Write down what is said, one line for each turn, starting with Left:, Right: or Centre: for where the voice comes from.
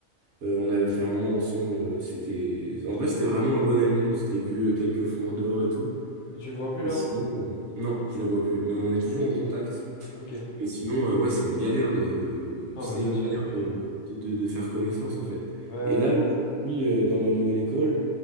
Right: Euh, on avait fait un an ensemble. euh, C'était, en vrai, c'était vraiment un bon ami. On s'était vu euh, quelques fois en dehors et tout.
Left: Et tu le vois plus
Right: Et
Left: là
Right: sinon,
Left: maintenant?
Right: euh, non, je le vois plus. Mais on est toujours en contact.
Left: Ok.
Right: Mais sinon, euh, ouais, c'est une galère de,
Left: Non,
Right: c'est
Left: mais bien
Right: une
Left: sûr,
Right: galère
Left: j'imagine.
Right: de, de, de- de faire connaissance en fait.
Left: Ouais, ouais,
Right: Et là, aujourd'hui, euh, dans ma nouvelle école,